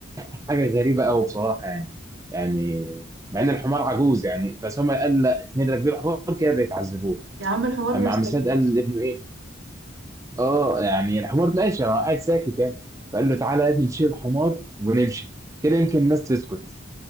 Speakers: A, on the right (about 15°); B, on the right (about 70°).
A: حاجه غريبه قوي بصراحه يعني يعني مع ان الحمار عجوز يعني بس هم قال لا اتنين راكبين الحمار كده بيتعذبوه
B: <laughs> يا عم الحمار
A: اما
B: ما اشتكاش
A: عم سعد قال لابنه ايه اه يعني الحمار ماشي هو قاعد ساكت يعني فقال
B: مم.
A: له تعالى يا ابني نشيل الحمار ونمشي كده يمكن الناس تسكت